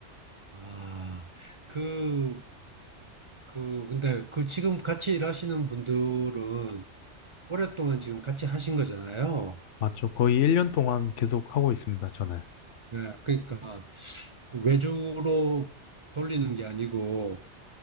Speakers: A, on the right; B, on the left.
A: 아, 그, 그, 근데 그 지금 같이 일하시는 분들은 오랫동안 지금 같이 하신 거잖아요.
B: 맞죠. 거의 1년 동안 계속 하고 있습니다, 저는.
A: 네, 그러니까 그 외주로 돌리는 게 아니고,